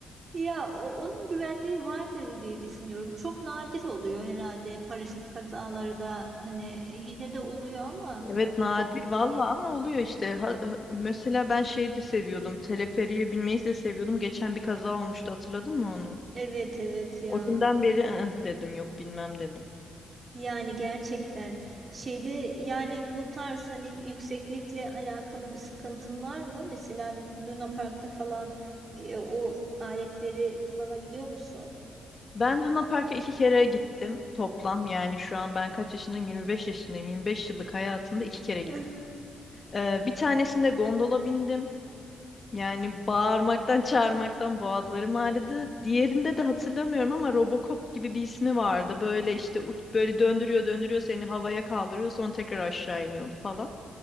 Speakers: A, on the right (about 40°); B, on the left (about 35°).
A: Ya o- onun güvenliği vardır diye düşünüyorum. Çok nadir oluyor herhalde paraşüt kazaları da hani yine de oluyor ama
B: Evet nadir
A: o
B: valla
A: değil.
B: ama oluyor işte. Ha- ha- mesela ben şeyi de seviyordum. Teleferiye binmeyi de seviyordum. Geçen bir kaza olmuştu hatırladın mı onu?
A: Evet evet ya.
B: O günden beri "Ih," dedim yok bilmem dedim.
A: Yani gerçekten şeyde yani bu tarz hani yükseklikle alakalı bir sıkıntın var mı? Mesela Luna Park'ta falan e, o aletleri kullanabiliyor musun?
B: Ben Luna Park'a iki kere gittim toplam yani şu an ben kaç yaşındayım? 25 yaşındayım. 25 yıllık hayatımda iki kere
A: <laughs>
B: Ee, bir tanesinde gondola bindim. Yani bağırmaktan, çağırmaktan boğazlarım ağrıdı. Diğerinde de hatırlamıyorum ama Robocop gibi bir ismi vardı. Böyle işte uç, böyle döndürüyor, döndürüyor seni havaya kaldırıyor, sonra tekrar aşağı iniyordu falan.